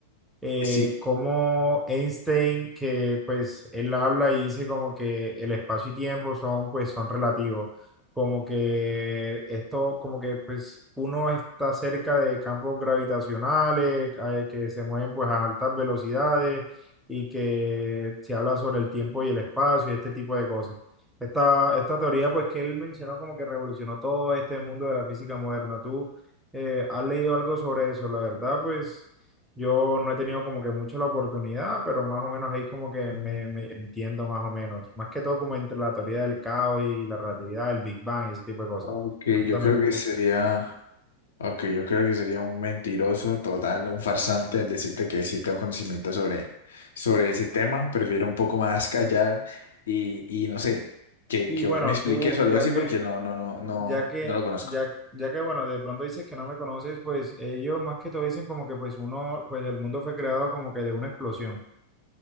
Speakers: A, in the centre; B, on the left.
A: eh,
B: Sí.
A: como Einstein, que pues él habla y dice como que el espacio y tiempo son pues son relativos, como que esto, como que pues uno está cerca de campos gravitacionales eh, que se mueven pues a altas velocidades y que se habla sobre el tiempo y el espacio y este tipo de cosas. Esta, esta teoría pues que él mencionó como que revolucionó todo este mundo de la física moderna. ¿Tú eh, has leído algo sobre eso? La verdad pues... Yo no he tenido como que mucho la oportunidad, pero más o menos ahí como que
B: Mm.
A: me, me entiendo más o menos. Más que todo como entre la teoría del caos y la relatividad, el Big Bang y ese tipo de cosas.
B: Ok,
A: Cuéntame
B: yo creo que
A: tú.
B: sería, ok, yo creo que sería un mentiroso total, un farsante al decirte que sí tengo conocimiento sobre, sobre ese tema. Prefiero un poco más <laughs> callar y, y no sé, que,
A: Y
B: que
A: bueno,
B: vos me expliques
A: tú,
B: o algo
A: ya
B: así porque
A: que,
B: no, no, no, no,
A: ya que,
B: no lo conozco.
A: ya, ya que bueno, de pronto dices que no me conoces, pues ellos más que todo dicen como que pues uno, pues el mundo fue creado como que de una explosión.